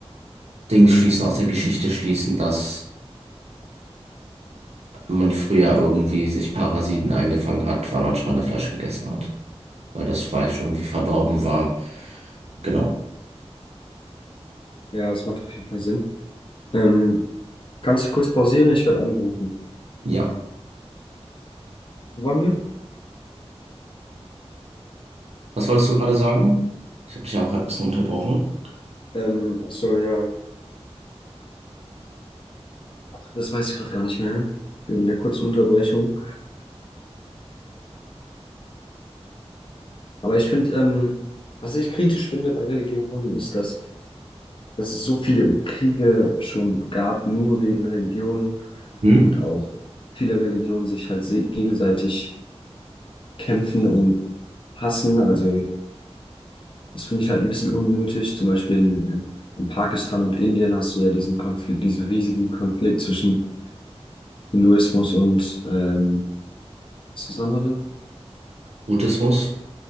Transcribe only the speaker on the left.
ja, es macht auf jeden Fall Sinn. Ähm, kannst du kurz pausieren? Ich werde angerufen.
Wo waren wir?
Ähm, ach so, ja. Das weiß ich gerade gar nicht mehr, wegen der kurzen Unterbrechung. Aber ich finde, ähm, was ich kritisch finde bei Religionen, ist, dass, dass es so viele Kriege schon gab, nur wegen Religionen
und auch viele Religionen sich halt se- gegenseitig kämpfen und hassen. Also das finde ich halt ein bisschen unnötig. Zum Beispiel in, in, in Pakistan und Indien hast du ja diesen Konflikt, diesen riesigen Konflikt zwischen Hinduismus und ähm, was ist das andere?